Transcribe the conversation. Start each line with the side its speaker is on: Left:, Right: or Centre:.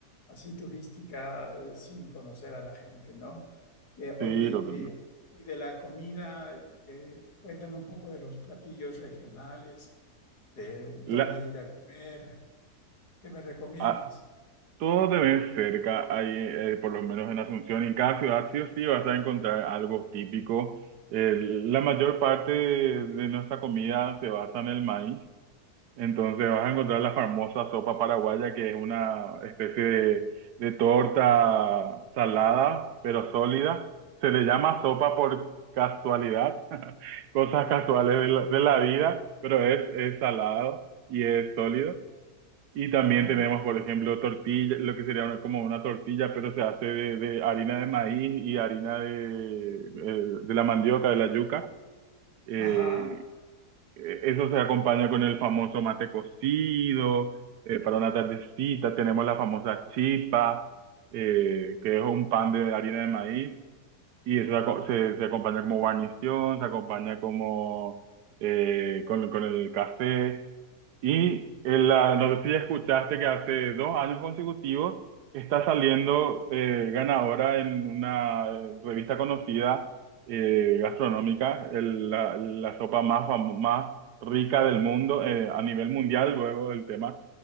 Left: así turística eh, sin conocer a la gente, ¿no? Eh, oye,
Right: Sí, totalmente.
Left: y, y de la comida, eh, eh, cuéntame un poco de los platillos regionales, de dónde
Right: La,
Left: ir a comer, ¿qué me recomiendas?
Right: a- todo te ves cerca, ahí, eh, por lo menos en Asunción. En cada ciudad sí o sí vas a encontrar algo típico. Eh, la mayor parte de nuestra comida se basa en el maíz. Entonces vas a encontrar la famosa sopa paraguaya, que es una especie de, de torta salada, pero sólida. Se le llama sopa por casualidad, <laughs> cosas casuales de la, de la vida, pero es, es salado y es sólido. Y también
Left: Ajá.
Right: tenemos, por ejemplo, tortilla, lo que sería una- como una tortilla, pero se hace de, de harina de maíz y harina de, eh, de la mandioca, de la yuca. Eh,
Left: Ajá.
Right: eh, Eso se acompaña con el famoso mate cocido, eh, para una tardecita tenemos la famosa chipa, eh, que es un pan de harina de maíz, y eso aco- se, se acompaña como guarnición, se acompaña como eh, con, con el café. Y en la, no sé si ya escuchaste que hace dos años consecutivos está saliendo eh, ganadora en una eh, revista conocida eh, gastronómica, el- la, la sopa más, fam- más rica del mundo eh, a nivel mundial, luego el tema,